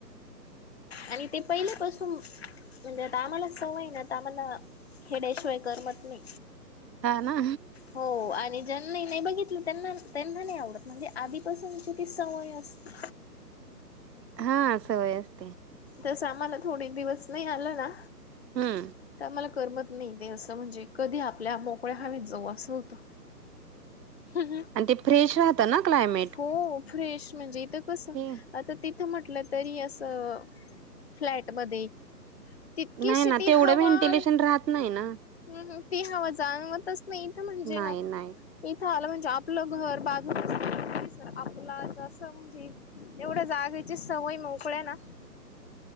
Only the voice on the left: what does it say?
आणि ते पहिल्यापासून म्हणजे, आता आम्हाला सवय ना ते आम्हांला. खेड्याशिवाय करमत नी.
हो आणि ज्यांना नाही बघितलं त्यांना, त्यांना नाही आवडत म्हणजे आधीपासूनची ती सवय असती.
तस आम्हांला थोडे दिवस नाही आलं ना.
तर आम्हाला, करमत नाही. ते असं म्हणजे कधी आपल्या मोकळ्या हवेत जाऊ असं होतं. हं. हं.
हो फ्रेश म्हणजे इथं कस?
आता तिथं म्हटलं तरी असं- फ्लॅटमध्ये. तितकीशी
ती
हवा-
हं हं. ती हवा जाणवतच नाही. ईथ म्हणजे
ना?
इथं आलं म्हणजे? आपलं घर, बाजू परिसर आपला जस म्हणजे? एवढ्या जागेची सवय मोकळ्या ना?